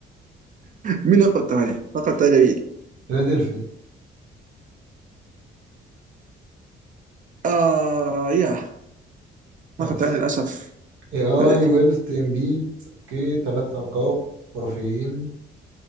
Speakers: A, on the right (about 40°); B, on the right (about 80°).
A: مين النقطة الثانية؟ النقطة الثانية مين؟
B: فيلادلفيا
A: آه يا
B: كويس
A: النقطة الثانية للأسف
B: اي اي
A: فيلادلفيا
B: ويلت امبيد اوكي تلات القاب خرافيين